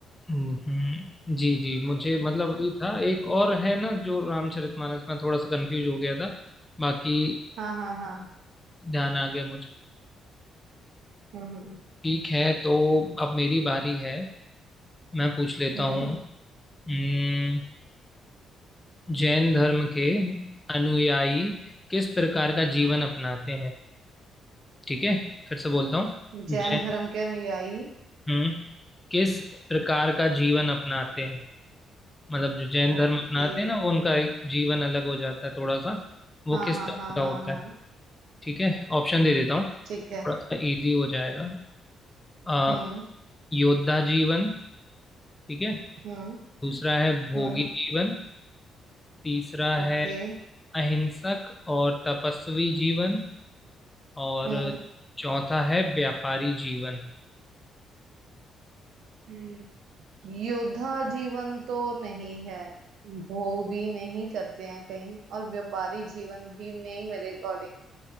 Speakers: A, on the left; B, on the right.
A: हम्म हम्म, जी जी मुझे मतलब वही था एक और है ना जो रामचरितमानस में थोड़ा सा कंफ्यूज हो गया था बाकी
B: हाँ हाँ हाँ
A: ध्यान आ गया मुझे
B: हम्म हम्म
A: ठीक है तो अब मेरी बारी है मैं पूछ लेता
B: हम्म।
A: हूँ हम्म, जैन धर्म के अनुयायी किस प्रकार का जीवन अपनाते हैं ठीक है फिर से बोलता हूँ
B: जैन
A: जैन
B: धर्म के अनुयायी
A: हम्म किस प्रकार का जीवन अपनाते हैं मतलब जो जैन
B: ओके
A: धर्म अपनाते हैं ना वो उनका एक जीवन अलग हो जाता है थोड़ा सा वो
B: हाँ
A: किस
B: हाँ
A: तरह
B: हाँ
A: का
B: हाँ
A: होता
B: हाँ
A: है ठीक है ऑप्शन दे देता हूँ थोड़ा
B: ठीक है
A: सा इजी हो जाएगा आ,
B: हम्म
A: योद्धा जीवन ठीक है
B: हम्म
A: दूसरा है भोगी
B: हम्म
A: जीवन तीसरा है
B: ओके
A: अहिंसक और तपस्वी जीवन और
B: हम्म
A: चौथा है व्यापारी जीवन
B: हम्म। योद्धा जीवन तो नहीं है भोग भी नहीं करते हैं कहीं और व्यापारी जीवन भी नहीं मेरे अकॉर्डिंग